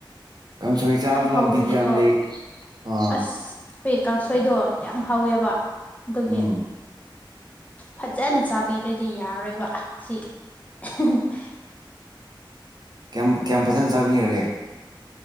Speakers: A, on the right; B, on the left.
A: ꯀꯥꯡꯁꯣꯏ ꯆꯥꯕꯗ
B: ꯌꯥꯝ ꯍꯥꯕꯒꯤꯀꯣ
A: ꯕꯤꯠ ꯌꯥꯝ ꯂꯩ ꯑꯥ
B: ꯑꯁ ꯈꯣꯏꯒꯤ ꯀꯥꯡꯁꯣꯏꯗꯣ ꯌꯥꯝ ꯍꯥꯎꯋꯦꯕ ꯑꯗꯨꯒꯤ
A: ꯎꯝ
B: ꯐꯖꯅ ꯆꯥꯕꯤꯗ꯭ꯔꯗꯤ ꯌꯥꯔꯣꯏꯕ ꯁꯤ <unintelligible>
A: ꯀ꯭ꯌꯥꯝ ꯀ꯭ꯌꯥꯝ ꯐꯖꯅ ꯆꯥꯕꯤꯈ꯭ꯔꯒꯦ